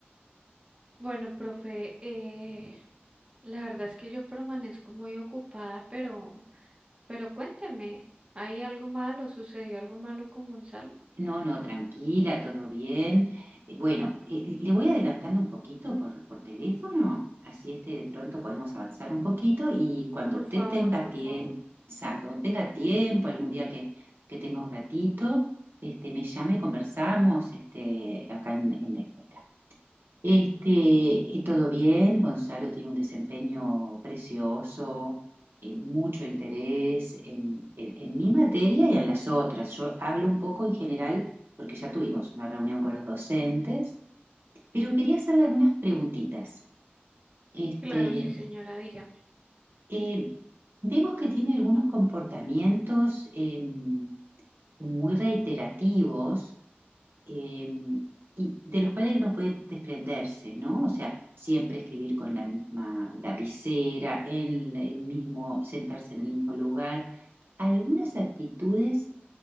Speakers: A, on the right (about 25°); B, on the right (about 65°).
A: Bueno, profe, eh, la verdad es que yo permanezco muy ocupada, pero, pero cuénteme, ¿hay algo malo? ¿Sucedió algo malo con Gonzalo?
B: No, no, tranquila, todo bien. Eh, Bueno, eh, le voy adelantando un poquito por, por teléfono, así este de pronto podemos avanzar un poquito y cuando
A: Por
B: usted
A: favor,
B: tenga
A: por
B: tiempo,
A: favor.
B: exacto, cuando tenga tiempo, algún día que, que tenga un ratito, este, me llame y conversamos, este, acá en, en la escuela. Este, y todo bien, Gonzalo tiene un desempeño precioso, eh, mucho interés en, en- en mi materia y en las otras. Yo hablo un poco en general porque ya tuvimos una reunión con los docentes, pero quería hacerle algunas preguntitas. Este,
A: Claro, sí
B: Ujú.
A: señora, dígame.
B: eh, vemos que tiene algunos comportamientos em, muy reiterativos eh, y de los cuales él no puede desprenderse, ¿no? O sea, siempre escribir con la misma lapicera, el, el mismo, sentarse en el mismo lugar. Algunas actitudes